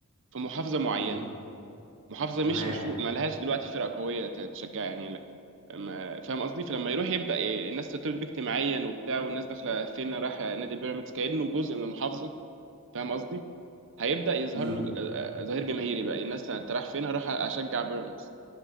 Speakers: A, on the right; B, on the right.
A: في محافظه معينه
B: امم
A: محافظه
B: تمام
A: مش مشروع ما لهاش دلوقتي فرقه قويه ت- تشجع يعني لا ما- فاهم قصدي فلما يروح يبدا إيه الناس ترتبط بيه اجتماعيا وبتاع والناس داخله فين رايحه نادي بيراميدز كانه جزء من المحافظه فاهم قصدي هيبدأ يظهر
B: امم
A: له آه، آه، ظهير جماهيري بقى الناس انت رايح فين هروح اشجع بيراميدز